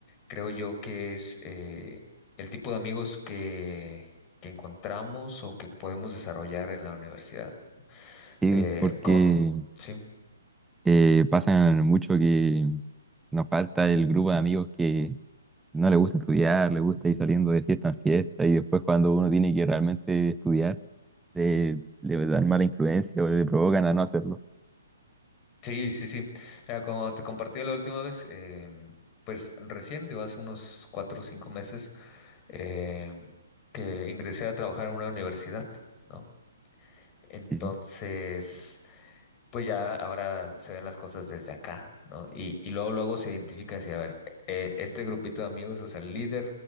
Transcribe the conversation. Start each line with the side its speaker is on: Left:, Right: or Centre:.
Left: creo yo que es eh, el tipo de amigos que, que encontramos o que podemos desarrollar en la universidad.
Centre: Sí,
Left: Te-
Centre: porque
Left: co- sí.
Centre: eh, pasa mucho que nos falta el grupo de amigos que no le gusta estudiar, le gusta ir saliendo de fiesta en fiesta y después cuando uno tiene que realmente estudiar, le, le dan mala influencia o le provocan a no hacerlo.
Left: Sí, sí, sí. Mira, como te compartí la última vez, em, pues recién, digo, hace unos cuatro o cinco meses, em, que ingresé a trabajar en una universidad, ¿no? Entonces,
Centre: Sí, sí.
Left: pues ya ahora se ven las cosas desde acá, ¿no? Y, y luego, luego se identifica así, a ver, eh, este grupito de amigos, o sea, el líder